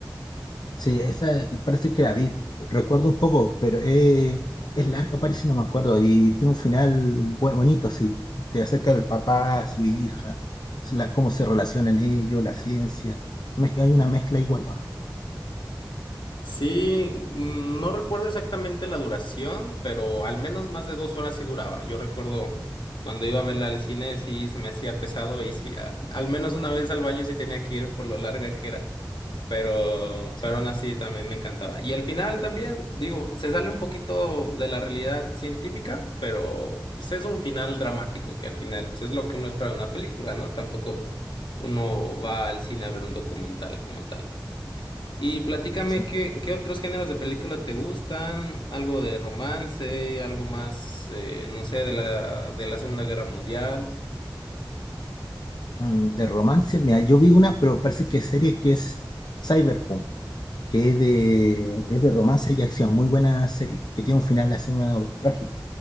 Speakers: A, on the left; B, on the left.
A: Sí, esa parece que la vi, recuerdo un poco, pero eh, es larga, parece, no me acuerdo, y tiene un final bu- bonito, sí, te acerca del papá, a su hija, s- la- cómo se relacionan ellos, la ciencia, Mezcla- hay una mezcla igual, ¿o ¿no?
B: Sí, mm, no recuerdo exactamente la duración, pero al menos más de dos horas sí duraba. Yo recuerdo cuando iba a verla al cine, sí se me hacía pesado y sí, a- al menos una vez al baño sí tenía que ir por lo larga que era. Pero,
A: Sí,
B: pero aún así también me encantaba. Y al final también, digo, se sale un poquito de la realidad científica, pero pues, es un final dramático, que al final pues, es lo que uno espera de una película, ¿no? Tampoco uno va al cine a ver un documental como tal. Y platícame
A: sí.
B: qué, qué otros géneros de películas te gustan, algo de romance, algo más, eh, no sé, de la, de la Segunda Guerra Mundial.
A: Mm, de romance, mira, yo vi una, pero parece que es serie que es Cyberpunk, que es de, es de romance y acción, muy buena serie, que tiene un final así medio trágico.